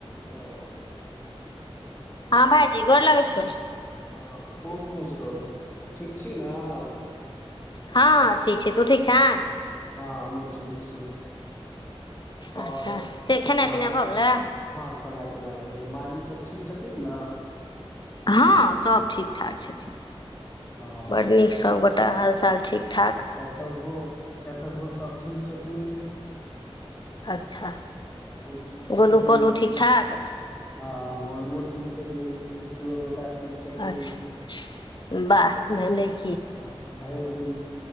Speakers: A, on the left; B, on the left.
A: Hello
B: हँ भाईजी गोर लगै छियौ
A: हँ खूब खुश रहू ठीक छी। न
B: हँ हँ ठीक छै। तू ठीक छैं।
A: हँ हमू ठीक छी
B: अच्छा
A: आओर
B: से खेनाइ
A: माँजी
B: पिनाइ भऽ गेलै
A: मातु खेनाइ पिनाय भ गेलइ माँजी सब ठीक छथिन न
B: हँ सब ठीक ठाक छथिन
A: हँ
B: बड़ नीक सभगोटा हालचाल ठीक ठाक
A: एतहुओ एतहुओ सभ ठीक छथिन
B: अच्छा
A: भौजी ठीक
B: गोलू
A: छथिन
B: पोलू ठीक ठाक
A: हँ गोलुओ ठीक छथिन फुच्चुओ बेटा ठीक छथिन
B: अच्छा वाह भेलै की
A: हँ भरि दिन